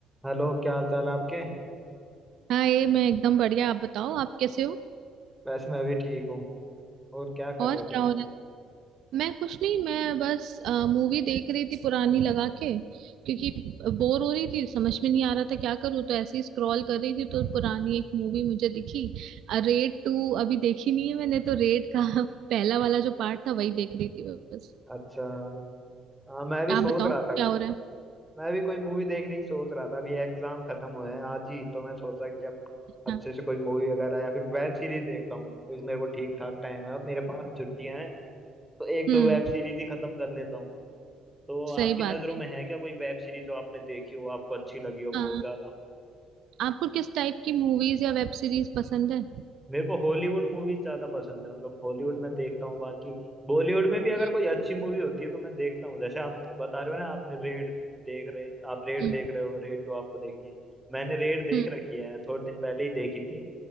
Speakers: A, in the centre; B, on the right.
A: Hello क्या हाल चाल है आपके
B: हाँ ये मैं एकदम बढ़िया आप बताओ आप कैसे हो
A: वैसे मैं भी ठीक हूँ और क्या
B: और
A: कर रहे
B: क्या
A: थे अभी
B: हो रहा है मैं कुछ नहीं मैं बस मूवी देख रही थी पुरानी लगा के क्योंकि बोर हो रही थी समझ में नहीं आ रहा था क्या करूँ तो ऐसे ही स्क्रॉल कर रही थी तो पुरानी एक मूवी मुझे दिखी रेड टू अभी देखी नहीं है मैंने तो रेड का <laughs> पहला वाला जो पार्ट था वही देख रही थी बस
A: अच्छा हाँ मैं भी
B: आप
A: सोच
B: बताओ
A: रहा था
B: क्या हो रहा है
A: मैं भी कोई मूवी देखने की सोच रहा था अभी एग्जाम खत्म हुए हैं आज ही तो मैं सोचा कि अब
B: हाँ
A: अच्छे से कोई मूवी वगैरह या फिर वेब सीरीज देखता हूँ क्योंकि मेरे को ठीक ठाक टाइम है अब मेरे पास छुट्टियां हैं तो एक
B: हम्म
A: दो वेब सीरीज ही खत्म कर लेता हूँ तो
B: सही
A: आपकी
B: बात
A: नज़रों
B: है
A: में है क्या कोई वेब सीरीज जो आपने देखी हो आपको अच्छी लगी हो
B: आ,
A: बहुत ज्यादा
B: आपको किस टाइप की मूवीज या वेब सीरीज पसंद है
A: मेरे को हॉलीवुड मूवीज ज्यादा पसंद है मतलब हॉलीवुड में देखता हूँ बाकी बॉलीवुड में भी अगर
B: हम्म
A: कोई अच्छी मूवी होती है तो मैं देखता हूँ जैसे आप बता रहे हो ना आपने रेड देख रहे आप रेड
B: हम्म
A: देख रहे हो रेड टू आपको देखनी है मैंने रेड देख
B: हम्म,
A: रखी है थोड़े दिन पहले ही देखी थी